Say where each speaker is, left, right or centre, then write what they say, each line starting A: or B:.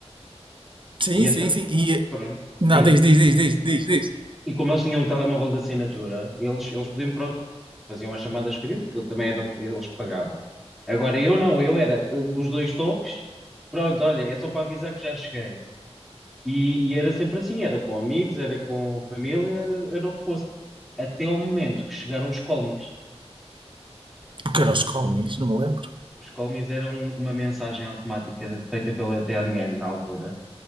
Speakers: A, on the right; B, in the centre.
A: Sim,
B: E então,
A: sim, sim. E.
B: pronto,
A: Não,
B: sim.
A: diz, diz, diz, diz, diz, diz.
B: E como eles tinham um telemóvel de assinatura, eles, eles podiam, pro- faziam as chamadas que queriam, porque também eram eles que pagavam. Agora eu não, eu era uh, os dois toques, pronto, olha, é só para avisar que já cheguei. E, e era sempre assim, era com amigos, era com família, era, era o que fosse. Até ao momento que chegaram os colmies.
A: Porque era os Colmis, não me lembro.
B: Os colmies eram uma mensagem automática feita pela TMN na altura,